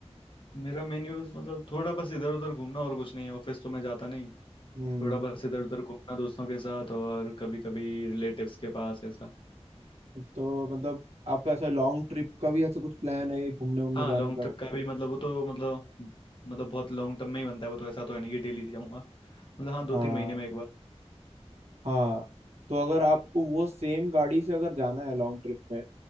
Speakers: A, on the left; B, on the right.
A: मेरा मेन यूज मतलब थोड़ा बस इधर उधर घूमना और कुछ नहीं है ऑफिस तो मैं जाता नहीं
B: हम्म
A: थोड़ा बस इधर उधर घूमना दोस्तों के साथ और कभी कभी रिलेटिव्स के पास ऐसा
B: तो मतलब आपका ऐसा लॉन्ग ट्रिप का भी ऐसा कुछ प्लान है ये घूमने उमने
A: हाँ
B: जाने
A: लॉन्ग
B: का
A: ट्रिप का भी मतलब वो तो मतलब मतलब बहुत लॉन्ग टर्म में ही बनता है वो तो ऐसा तो है नहीं कि डेली जाऊंगा मतलब हाँ दो
B: हाँ
A: तीन महीने में एक बार
B: हाँ तो अगर आपको वो सेम गाड़ी से अगर जाना है लॉन्ग ट्रिप में